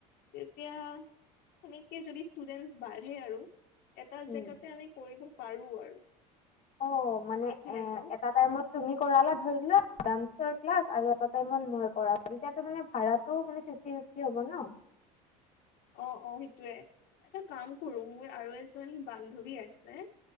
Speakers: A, on the left (about 60°); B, on the left (about 40°).
A: তেতিয়া সেনেকে যদি ষ্টুডেন্ট বাঢ়ে আৰু এটা
B: উম।
A: জেগাতে আমি কৰিব পাৰোঁ আৰু।
B: অ' মানে
A: সেনেকুৱা
B: এ, এটা টাইমত তুমি কৰালা ধৰি লোৱা ডান্সৰ ক্লাছ আৰু এটা টাইমত মই কৰালো তেতিয় মানে ভাড়াটো মামে ফিফটি ফিফ টি হ'ব ন'?
A: অ', অ', সেইটোৱে এটা কাম কৰো মোৰ আৰু এজনী বান্ধৱী আছে